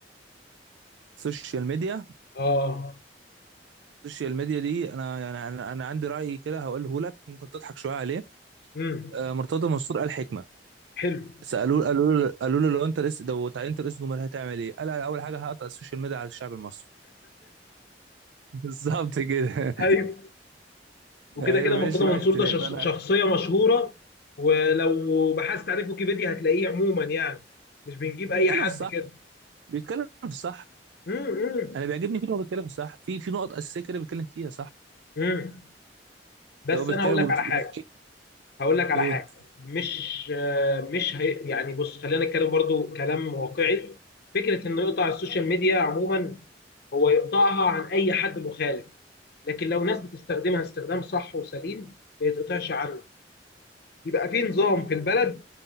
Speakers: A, on the right (about 90°); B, on the left (about 55°).
A: السوشيال ميديا
B: اه
A: السوشيال ميديا دي انا يعني انا أنا عندي راي كده هقوله لك ممكن تضحك شويه عليه
B: امم
A: آه، مرتضى منصور قال حكمه
B: حلو
A: سالوه قالوا له قالوا له لو انت رئيس لو اتعينت رئيس جمهوريه هتعمل ايه؟ قال أنا اول حاجه هقطع السوشيال ميديا على الشعب المصري <laughs> بالظبط كده
B: ايوه وكده
A: ايوه
B: كده مرتضى
A: ماشي
B: منصور
A: بقى اختلاف
B: ده شخص-
A: انا
B: شخصية مشهورة ولو بحثت عليه في ويكيبيديا هتلاقيه عموما يعني مش بنجيب أي
A: بيتكلم
B: حد
A: في الصح
B: كده
A: بيتكلم في الصح
B: امم
A: انا بيعجبني فيه إن هو بيتكلم في الصح في في نقط اساسيه كده بيتكلم فيها صح
B: امم بس
A: هو بيتكلم
B: أنا هقول لك
A: وبت...
B: على حاجة
A: بت...
B: هقول لك على
A: ايه
B: حاجة مش آه، مش هي يعني بص خلينا نتكلم برضو كلام واقعي فكرة إنه يقطع السوشيال ميديا عموما هو يقطعها عن اي حد مخالف لكن لو ناس بتستخدمها استخدام صح وسليم ما يتقطعش عنه يبقى في نظام في البلد